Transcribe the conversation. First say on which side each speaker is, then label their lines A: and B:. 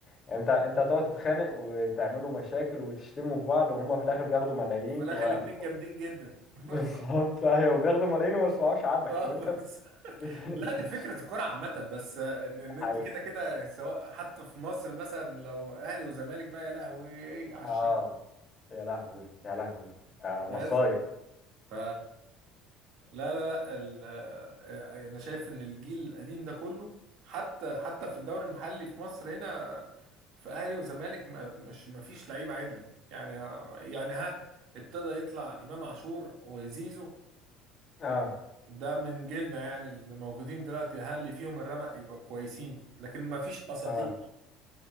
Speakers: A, on the left; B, on the right.
A: يعني انت انت هتقعد تتخانق وتعملوا مشاكل وتشتموا في بعض وهما في الاخر بياخدوا ملايين
B: في الاخر
A: و...
B: الاثنين جامدين جدا
A: <laughs>
B: <laughs>
A: بالظبط ايوه بياخدوا ملايين وما يسمعوش عنك
B: آه،
A: طب انت
B: بس
A: بت... <laughs>
B: لا دي فكره الكوره عامه بس ان ان انت
A: حقيقي.
B: كده كده سواء حتى في مصر مثلا لو اهلي وزمالك بقى يا لهوي على الشلل
A: اه يا لهوي يا لهوي ده مصايب
B: بس ف لا لا لا ال- آه، انا شايف ان الجيل القديم ده كله حتى حتى في الدوري المحلي في مصر هنا في اهلي وزمالك ما مش ما فيش لعيبه عدله يعني يعني ها ابتدى يطلع امام عاشور وزيزو
A: اه
B: ده من جيلنا يعني اللي موجودين دلوقتي ها اللي فيهم الرمق يبقى كويسين لكن ما فيش اساطير
A: اه